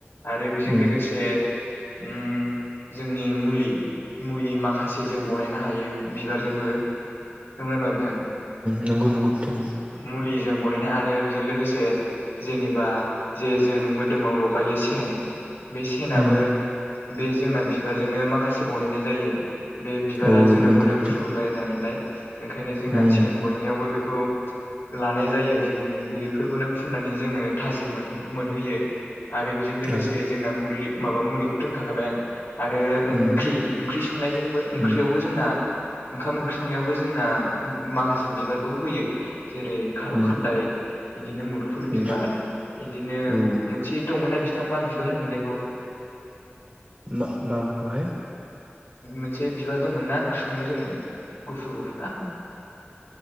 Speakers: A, on the left; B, on the right.
A: आरो बेजों
B: उम
A: लोगोसे से ओम जोंनि मा मुलि मुलि माखा से जों बानायनो हायो बिबारजोंबो नंगौ ना नङा बिथां
B: नंगौ नंगौ बिथां उम
A: मुलिजों बनायनाय आरो बेजों लोगोसे जेनेबा जे जों मोदोमाव लगायो सेन बे सेनाबो
B: उम
A: बे जोंना बिबारजोंनो माखासे बनायनाय जायो बे बिबारा
B: औ
A: जोंना
B: नंगौ
A: मोदोमफ्रुलायनाय
B: बिथां
A: नालाय ओंखायनो जोंना
B: उम
A: सेन बानायनाय बो बेखौ लानाय जायो जों बे फोरखौनो फुननानै जोङो थाजिम मोनहैयो आरो बेजों लोगोसे
B: औ
A: जोंना मुलि माबा मुलिखौथ होनखांखाबाय आं आरो
B: उम
A: ओंख्रि ओंख्रि संनायावबो संनायजोंबो
B: उम
A: जोंना ओंखाम ओंख्रिं संनायावबो जोंना माखासे बिबारखौ होयो जेरै खार
B: उम
A: खान्दाय बिदिनो मुदुफुल बिबार
B: उम
A: बिदिनो
B: औ
A: मोनसे दंमोनना बिथां मा बिबार होनोमोनलाय बेखौ
B: मा माबेखौहाय
A: मोनसे बिबार दंमोनना ओंख्रि सङो जोङो गुफुर गुफु
B: उम-उम